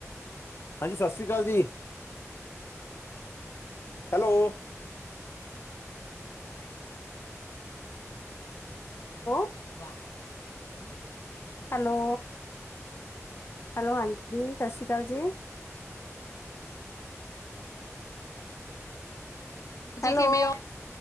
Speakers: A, on the left (about 45°); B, on the left (about 85°).
A: ਹਾਂਜੀ ਸਸਰੀ ਕਾਲ ਜੀ। ਹੈਲੋ, <inaudible> ਹੋ
B: ਵਾਅ
A: ਹੈਲੋ, ਹੈਲੋ ਹਾਂਜੀ, ਸਸੀ ਕਾਲ ਜੀ।
B: ਜੀ
A: ਹੈਲੋ,
B: ਕਿਵੇਂ ਹੋ